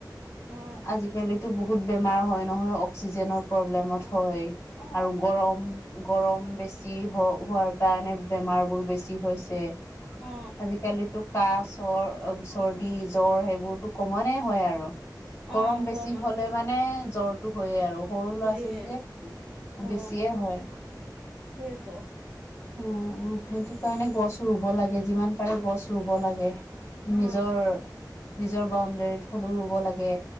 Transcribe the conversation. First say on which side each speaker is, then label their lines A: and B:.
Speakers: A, in the centre; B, on the left (about 30°).
A: অ
B: আজিকালিতো বহুত বেমাৰ হয় নহয় অক্সিজেনৰ প্ৰব্লেমত। হয়
A: অ
B: আৰু গৰম গৰম বেছি হ হোৱাৰ কাৰণে বেমাৰ বোৰ বেছি হৈছে।
A: অ
B: আজিকালিতো কাহ চৰ চৰ্দি জ্বৰ সেইবোৰতো কমনে হয় আৰু। গৰম
A: অ
B: বেছি
A: কম একদম
B: হ'লে মানে জ্বৰটো হয়য়ে আৰু। সৰু ল'ৰা
A: হয়ে
B: ছোৱালীয়ে
A: অ
B: বেছিয়ে হয়।
A: সেইটোৱেতো।
B: উম সেইটো কাৰণে গছ ৰুব লাগে যিমান পাৰে গছ ৰুব লাগে। নিজৰ
A: অ
B: নিজৰ বাউণ্ডৰীত হলেও ৰুব লাগে।